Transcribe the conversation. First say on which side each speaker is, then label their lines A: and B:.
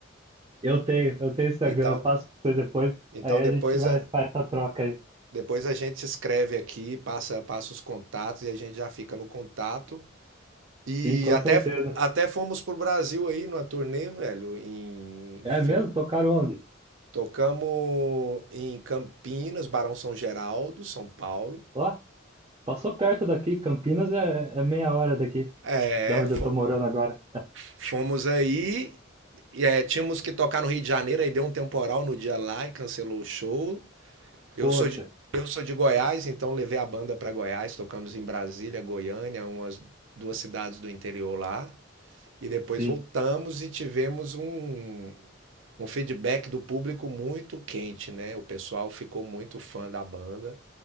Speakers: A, on the right; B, on the right.
A: Eu tenho, eu tenho Instagram,
B: Então,
A: eu passo pra você depois.
B: então
A: Aí a
B: depois
A: gente vai
B: a,
A: faz essa troca aí.
B: depois a gente escreve aqui, passa passa os contatos e a gente já fica no contato. E
A: Sim, com
B: até,
A: certeza.
B: até fomos pro Brasil aí numa turnê, velho. Em,
A: É
B: fin-
A: mesmo? Tocaram onde?
B: tocamos em Campinas, Barão São Geraldo, São Paulo.
A: Ó, passou perto daqui. Campinas é, é meia hora daqui,
B: É,
A: da onde
B: fo-
A: eu tô morando agora.
B: fomos aí. E, é, tínhamos que tocar no Rio de Janeiro, aí deu um temporal no dia lá e cancelou o show. Eu
A: Poxa,
B: sou de, eu sou de Goiás, então levei a banda para Goiás, tocamos em Brasília, Goiânia, umas duas cidades do interior lá. E depois
A: sim.
B: voltamos e tivemos um, um feedback do público muito quente, né? O pessoal ficou muito fã da banda.